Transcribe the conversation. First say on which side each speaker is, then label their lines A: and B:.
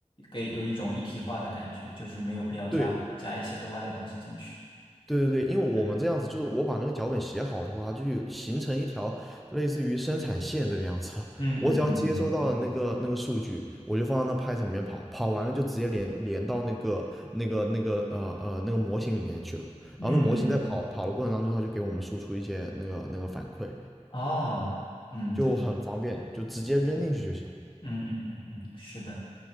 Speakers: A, on the left; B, in the centre.
A: 给有一种一体化的感觉，就是没有必要加加一些额外的东西进去。
B: 对，对对对，因为我们这样子，
A: 对，
B: 就是我把那个脚本写好的话，它就有形成一条类似于生产线这个样子的。
A: 嗯嗯嗯嗯
B: 我只要接收到了那个那个数据，我就放到那 Python 里面跑，跑完了就直接连连到那个那个那个呃呃那个模型里面去了。
A: 嗯嗯嗯，
B: 然后那模型在跑跑的过程当中，它就给我们输出一些那个那个反馈，
A: 哦，嗯，
B: 就很方便，
A: 对对对对对，
B: 就直接扔进去就行。
A: 嗯嗯嗯嗯嗯，是的。